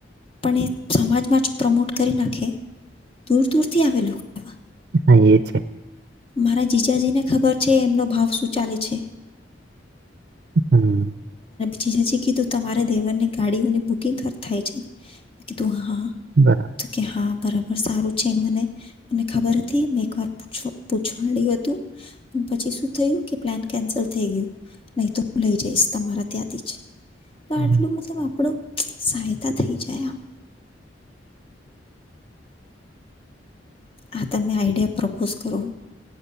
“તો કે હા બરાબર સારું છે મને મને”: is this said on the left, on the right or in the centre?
Left